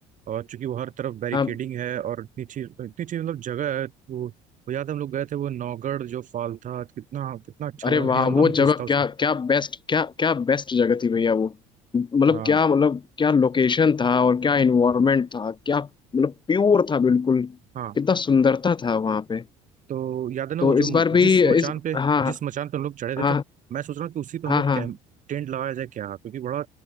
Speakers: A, on the right; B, on the left.
A: और चूंकि वो हर तरफ बैरिकेडिंग
B: हाँ
A: है और इतनी अच्छी इतनी अच्छी मतलब जगह है वो वो याद है हम लोग गए थे वो नौगढ़ जो फॉल था कितना कितना अच्छा
B: अरे
A: लगा विहंगम
B: वाह वो
A: दृश्य
B: जगह
A: था उसका
B: क्या क्या बेस्ट क्या क्या बेस्ट जगह थी भैया वो मतलब
A: हाँ
B: क्या मतलब क्या लोकेशन था और क्या इन्वायरमेंट था क्या मतलब प्योर था बिल्कुल
A: हाँ
B: कितना सुंदरता था वहां पे
A: तो याद है ना
B: तो
A: वो जो
B: इस बार भी
A: जिस मचान
B: इस
A: पे
B: हाँ
A: जिस मचान पे हम लोग चढ़े थे
B: हाँ
A: तो मैं सोच रहा हूँ कि उसी पे हम
B: हाँ
A: लोग
B: हाँ हाँ।
A: कैंप टेंट लगाया जाए क्या क्योंकि बड़ा